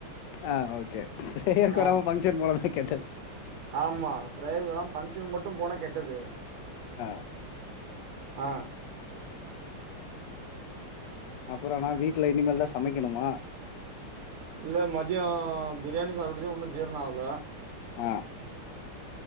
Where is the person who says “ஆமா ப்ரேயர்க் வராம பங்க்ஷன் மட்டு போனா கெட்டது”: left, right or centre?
Right